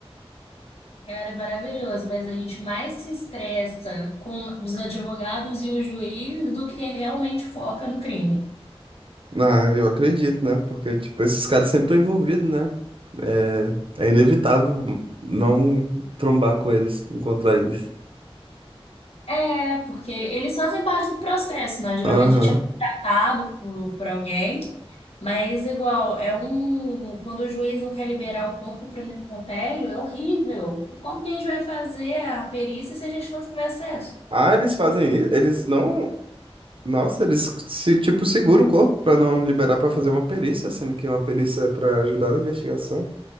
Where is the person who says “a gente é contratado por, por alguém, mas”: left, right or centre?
Left